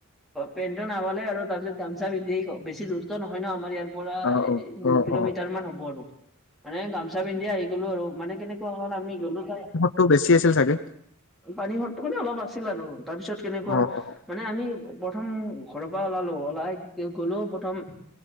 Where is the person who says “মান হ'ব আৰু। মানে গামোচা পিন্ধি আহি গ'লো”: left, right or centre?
Centre